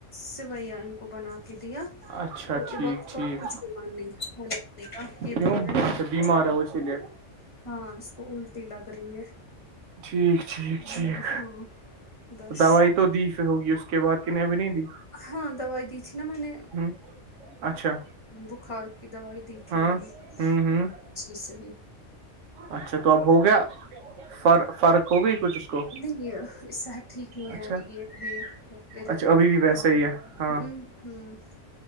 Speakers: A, on the left; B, on the right.
A: سویا ان کو بنا کے دیا
B: اچھا
A: تو
B: ٹھیک
A: یہ وقت کا
B: ٹھیک
A: کچھ بیمار نہیں کا یہ
B: کیوں
A: بول رہا ہے
B: اچھا
A: کچھ بیمار
B: ہے وہ اسی لیے
A: ہاں اس کو الٹی لگ رہی ہے
B: ٹھیک ٹھیک ٹھیک
A: جی ہاں بس
B: دوائی تو دی ہوگی اس کے بعد کہ نے بھی نہیں دی
A: ہاں دوائی دی تھی نا میں نے
B: ہ اچھا
A: بخار کی دوائی دی تھی
B: ہاں
A: میں نے
B: ہوں ہوں
A: جی صحیح ہی
B: اچھا تو اب ہو گیا فر فرق ہوگئی کچھ کو
A: نہیں یہ اس صحت ٹھیک نہیں
B: اچھا
A: ہے یہ ابھی
B: اچھا
A: اریٹیٹ
B: ابھی ویسا ہی ہے
A: ہوں
B: ہاں